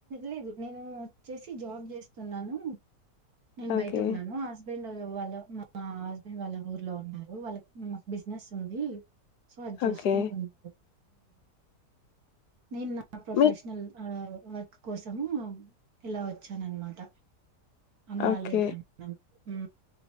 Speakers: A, on the right; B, on the left.
A: లేదు నేను వచ్చేసి జాబ్ చేస్తున్నాను నేను
B: ఓకే
A: బయట ఉన్నాను హస్బెండ్ వాళ్ళ మా హస్బెండ్ వాళ్ళ ఊర్లో ఉన్నారు వాళ్ళ మా బిజినెస్ ఉంది సో అది చూసుకుంటు
B: ఓకే
A: హు నిన్న ఆన్ ప్రొఫెషనల్
B: మీ
A: ఆ వర్క్ కోసము ఇలా వచ్చాన అనమాట అమ్మ వాళ్ళ
B: ఓకే
A: దగ్గర ఉన్నాం హు